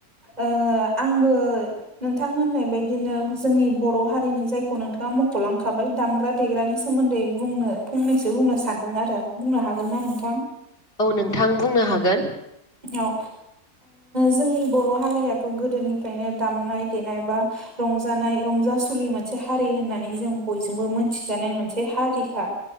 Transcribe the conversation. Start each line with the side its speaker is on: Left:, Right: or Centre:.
Right: ओ आंबो नोंथांनाय बेबायदिनो जोंनि बर' हारिनि जायखौ नोंथाङा मख'लांखाबाय दामग्रा देग्रानि सोमोन्दै बुंनो फंनैसो बुंनो सानदों आरो बुंनो हागोन ना नोंथां?
Left: औ नोंथां बुंनो हागोन।
Right: औ जोंनि ओ बर' हारियाथ' गोदोनिफ्रायनो दामनाय देनाय बा रंजानाय रंजासुलि मोनसे हारि होननानै जों बयजोंबो मोनथिजानाय मोनसे हारिखा